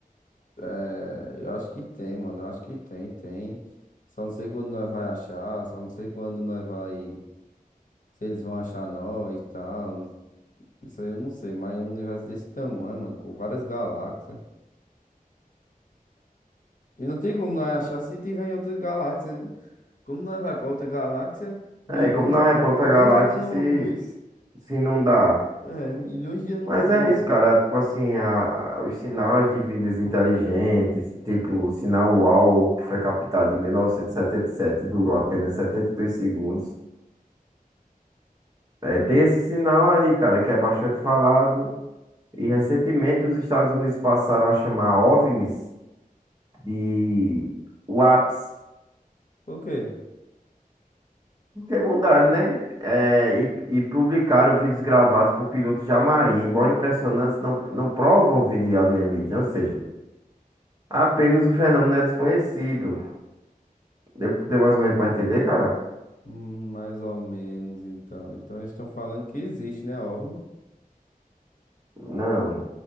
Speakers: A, on the left; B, on the right.
A: é, eu acho que tem, mano. Eu acho que tem, tem. Só não sei quando nós vai achar, só não sei quando nós vai. Se eles vão achar nós e tal. Isso aí eu não sei, mas é um universo desse tamanho, mano, com várias galáxias. E não tem como nós achar se tiver em outra galáxia, né? Como nós vai pra outra galáxia, milhões,
B: É, como na
A: milhões
B: outra galáxia
A: de anos-luz.
B: se, se não dá.
A: É, milhões de anos-luz.
B: Mas é isso, cara. Tipo assim, a- a- os sinais de vidas inteligentes, tipo o sinal UAU, que foi captado em 1977 e setenta e sete e durou apenas 72 segundos. É,
A: Hum.
B: tem esse sinal aí, cara, que é bastante falado. E recentemente os Estados Unidos passaram a chamar OVNIs de UAPs,
A: Por quê?
B: porque mudaram, né? É, e, e publicaram vídeos gravados por pilotos de marinha, embora impressionantes, não, não provam vídeo alienígena, ou seja. Apenas o fenômeno é desconhecido. Deu, deu mais ou menos pra entender, cara?
A: Hum, mais ou menos, então. Então eles estão falando que existe, né, OVNI?
B: Não,